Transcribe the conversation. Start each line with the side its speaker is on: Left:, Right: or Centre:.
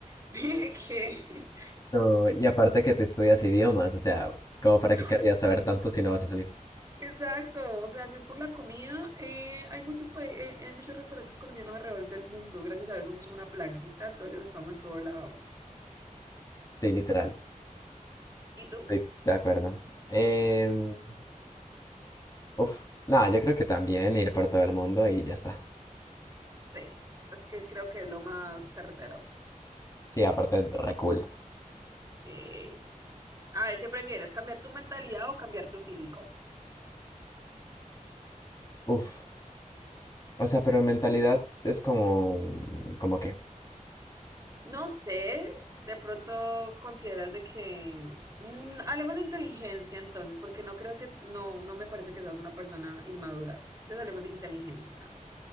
Right: me que.
Left: No, y aparte que tú estudias idiomas, o sea, como para
Right: <laughs>
Left: qué querrías saber tanto si no vas a salir?
Right: Exacto, o sea, si es por la comida, eh, hay muchos, pa- eh, hay muchos restaurantes colombianos alrededor del mundo, gracias a eso somos una plaguita, entonces estamos en todo lado.
Left: Sí, literal,
Right: ¿Y tú?
Left: estoy de acuerdo. Em, uf, no, yo creo que también ir por todo el mundo y ya está.
Right: Sí, es que creo que es lo más certero.
Left: Sí, aparte, re cool.
Right: Sí. A ver, ¿qué prefieres, cambiar tu mentalidad o cambiar tu físico?
Left: Uf, o sea, pero en mentalidad es como, como qué?
Right: No sé, de pronto consideras de que... mm, hablemos de inteligencia entonces, porque no creo que... No, no me parece que seas una persona inmadura. Entonces hablemos de inteligencia.